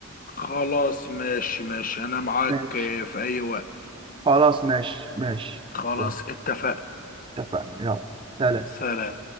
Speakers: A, on the left; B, on the right.
A: خلاص ماشي ماشي انا معاك
B: ماشي
A: في اي وقت
B: خلاص ماشي ماشي
A: خلاص
B: يلا،
A: اتفقنا
B: اتفقنا يلا سلام
A: سلام